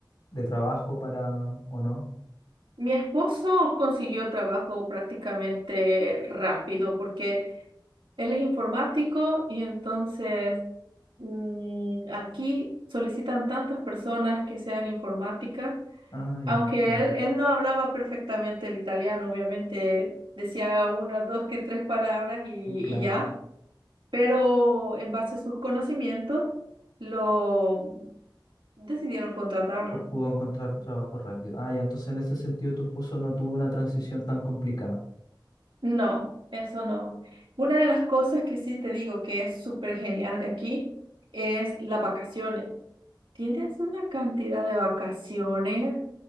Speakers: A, on the left; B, on the right.
A: de trabajo para o no?
B: Mi esposo consiguió trabajo prácticamente rápido porque él es informático y entonces mm, aquí solicitan tantas personas que sean informáticas,
A: Ah,
B: aunque
A: ya, está bien.
B: él, él no hablaba perfectamente el italiano, obviamente decía una, dos, que tres palabras y,
A: Y Claro,
B: y ya, pero en base a sus conocimientos lo decidieron contratarlo.
A: co- pudo encontrar trabajo rápido. Ah, ya, entonces en ese sentido tu esposo no tuvo una transición tan complicada.
B: No, eso no. Una de las cosas que sí te digo que es súper genial de aquí es las vacaciones. Tienes una cantidad de vacaciones.